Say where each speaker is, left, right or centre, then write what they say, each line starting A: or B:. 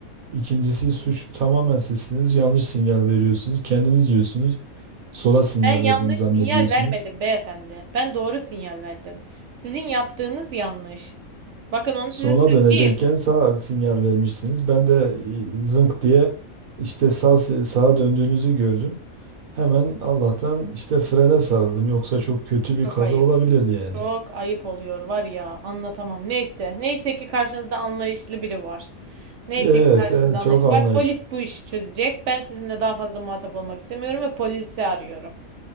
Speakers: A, on the right; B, on the right.
A: İkincisi suçlu tamamen sizsiniz. Yanlış sinyal veriyorsunuz. Kendiniz diyorsunuz. Sola sinyal
B: Ben yanlış
A: verdim zannediyorsunuz.
B: sinyal vermedim beyefendi. Ben doğru sinyal verdim. Sizin yaptığınız yanlış. Bakın onu
A: Sola
B: size söyleyeyim.
A: dönecekken sağ sinyal vermişsiniz. Ben de e, zınk diye işte sağ, se- sağa döndüğünüzü gördüm. Hemen Allah'tan işte frene sarıldım. Yoksa çok kötü bir
B: Çok
A: kaza
B: ayıp.
A: olabilirdi yani.
B: Çok ayıp oluyor var ya anlatamam. Neyse. Neyse ki karşınızda anlayışlı biri var. Neyse
A: Evet,
B: ki karşınızda
A: evet
B: anlayışlı
A: çok anlayışlı.
B: var. Polis bu işi çözecek. Ben sizinle daha fazla muhatap olmak istemiyorum ve polisi arıyorum.